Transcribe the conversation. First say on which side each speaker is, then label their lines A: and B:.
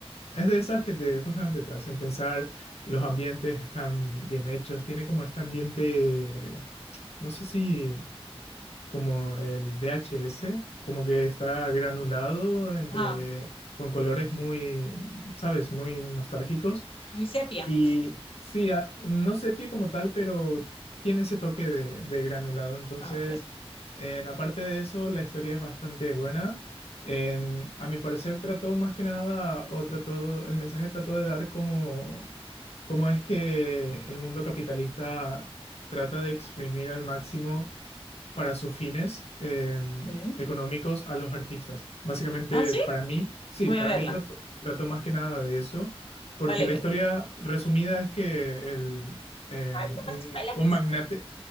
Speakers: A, on the left; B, on the left.
A: es de esas que te justamente te hacen pensar, los ambientes están bien hechos, tiene como este ambiente, no sé si como el VHS, como que está granulado entre
B: Ah,
A: con colores muy, sabes, muy nostálgicos.
B: muy sepia.
A: Y sí, a- no sepia como tal, pero tiene ese toque de, de granulado. Entonces,
B: Ah, ok.
A: en, aparte de eso, la historia es bastante buena. En- a mi parecer trató más que nada, o trató, el mensaje trató de dar como, cómo es que el mundo capitalista trata de exprimir al máximo para sus fines em,
B: Sí.
A: económicos a los artistas. Básicamente,
B: Ah, sí,
A: para mí, sí,
B: voy
A: para
B: a verla.
A: mí trato trató más que nada de eso, porque
B: Vale,
A: la
B: me...
A: historia resumida es que el, en
B: Ay, no me
A: un,
B: la spoilees.
A: un magnate,